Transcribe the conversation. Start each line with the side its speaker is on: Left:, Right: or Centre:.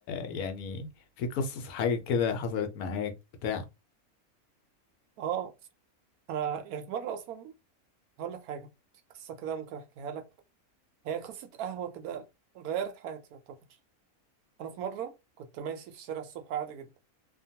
Left: يعني في قصص حاجة كده حصلت معاك بتاع
Right: اه انا يعني في مرة اصلا هقول لك حاجة في قصة كده ممكن احكيها لك هي قصة قهوة كده غيرت حياتي يعتبر انا في مره كنت ماشي في الشارع الصبح عادي جدا